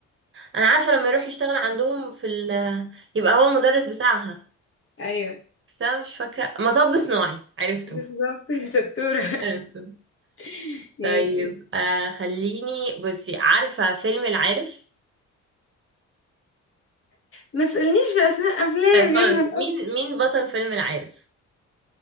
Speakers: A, on the right; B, on the left.
A: انا عارفة لما يروح يشتغل عندهم في ال... يبقى هو مدرس بتاعها
B: ايوه
A: بس انا مش فاكرة مطب صناعي عرفته
B: بالظبط <laughs> شطورة
A: عرفته
B: <laughs> ماشي
A: طيب آه خليني بصي عارفة فيلم العارف
B: ما تسألنيش بأسماء أفلام
A: طيب خلاص
B: يا نهار
A: مين مين بطل فيلم العارف